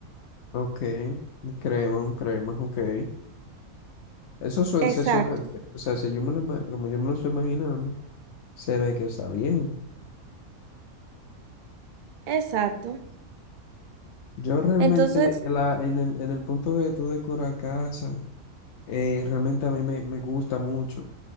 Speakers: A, on the left (about 60°); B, on the right (about 50°).
A: ok, crema, un crema, ok. Eso suena,
B: Exacto,
A: se suena, se- o sea, si yo me lo, ima- como yo me lo estoy imaginando, se ve que está bien.
B: exacto.
A: Yo realmente,
B: Entonces,
A: la, en el, en el punto de tú decorar casa, eh, realmente a mí me, me gusta mucho.